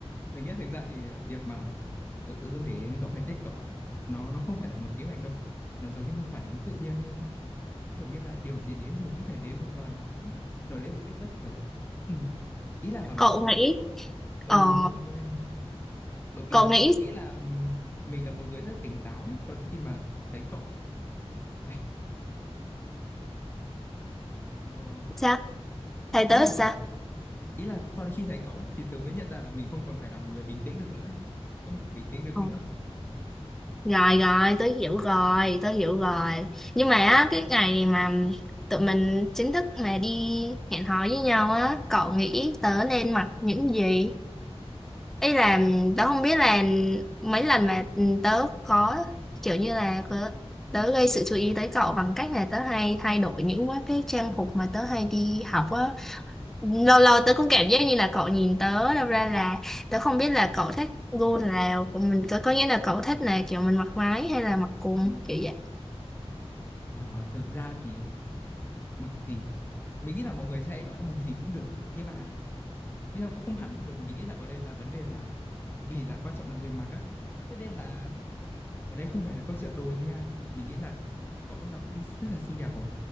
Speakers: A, on the left; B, in the centre.
A: mình nghĩ là thực ra thì ờ, việc mà tớ tự dưng để đến cậu hay thích cậu á, nó nó không phải là một kế hoạch đâu. Nó giống như một phản ứng tự nhiên hơn á. kiểu như là điều gì đến rồi cũng phải đến thôi và nó nó đến một cách bất chợt ừ. ý là
B: cậu nghĩ
A: ừ
B: Ờ
A: đúng rồi bởi vì
B: Cậu
A: là tớ
B: nghĩ
A: từng nghĩ là ừm, mình là một người rất là tỉnh táo ấy cho đến khi mà thấy cậu này ờ,
B: sao? Thầy
A: ý
B: tớ
A: là
B: sao?
A: bảo ý là cho đến khi thấy cậu ấy thì tớ mới nhận ra là mình không còn phải là một người bình tĩnh được nữa ấy. không thể bình tĩnh được
B: Ừ.
A: nữa
B: Rồi rồi, tớ hiểu rồi, tớ hiểu rồi. Nhưng mà á, cái ngày mà tụi mình chính thức mà đi hẹn hò với nhau á, cậu nghĩ tớ nên mặc những gì? Ý là tớ không biết là mấy lần mà ừ, tớ có kiểu như là có- tớ gây sự chú ý tới cậu bằng cách là tớ hay thay đổi những cái trang phục mà tớ hay đi học á lâu lâu tớ cũng cảm giác như là cậu nhìn tớ đâu ra là tớ không biết là cậu thích gu nào của mình có có nghĩa là cậu thích là kiểu mình mặc váy hay là mặc quần kiểu vậy
A: Ờ, thực ra thì ờ, mặc gì mình nghĩ là mọi người sẽ hay nói là mặc gì cũng được ấy. nhưng mà nhưng mà cũng không hẳn ấy, bởi vì mình nghĩ là ở đây là vấn đề là vì là quan trọng là người mặc á thế nên là ở đây không phải là câu chuyện đồ gì nha mình nghĩ là cậu lúc nào cũng rất là xinh đẹp rồi